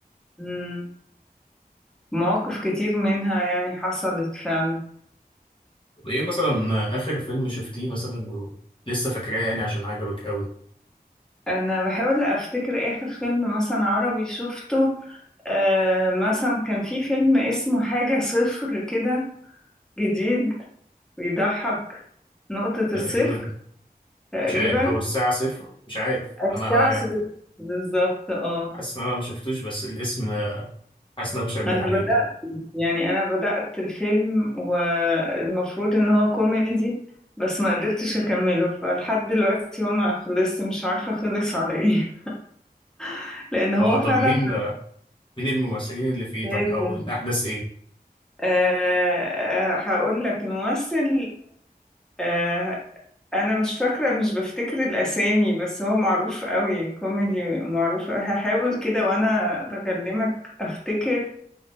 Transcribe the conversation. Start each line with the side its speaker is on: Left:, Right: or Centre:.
Centre: حلوه مواقف كتير منها يعني حصلت فعلا
Left: طب إيه مثلا آه، آخر فيلم شفتيه مثلا ولسه فاكراه يعني عشان عجبك أوي
Centre: انا بحاول افتكر اخر فيلم مثلا عربي شفته آه مثلا كان في فيلم اسمه حاجة صفر كده جديد بيضحك نقطة الصفر
Left: تقريبا
Centre: تقريبا
Left: مش عارف أو الساعة صفر مش عارف
Centre: الساعة
Left: أنا آه،
Centre: صفر بالظبط اه
Left: حاسس ان انا ما شفتوش بس الاسم آه، حاسس ان انا بشبه
Centre: انا
Left: عليه
Centre: بدأت يعني انا بدأت الفيلم والمفروض ان هو كوميدي بس ما قدرتش اكمله فلحد دلوقتي هو ما خلصت مش عارفة خلص على ايه <laughs> لان هو
Left: هو طب
Centre: فعلا
Left: مين آه، مين الممثلين اللي فيه
Centre: تافه
Left: طب او الاحداث ايه
Centre: أه آه، هقول لك الممثل أه انا مش فاكره مش بفتكر الاسامي بس هو معروف قوي كوميدي معروف هحاول كده وانا بكلمك افتكر